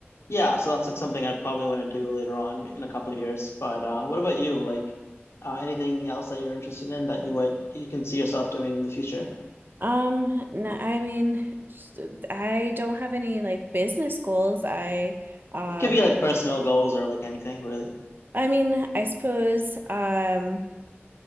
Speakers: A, on the left; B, on the right.
A: Yeah, so that's like something I probably want to do later on in a couple of years. But uh, what about you? Like uh, anything else that you're interested in that you would you can see yourself doing in the future?
B: Um, no, I mean, just- uh, I don't have any like business goals. I um
A: It could be like personal goals or like anything really.
B: I mean, I suppose um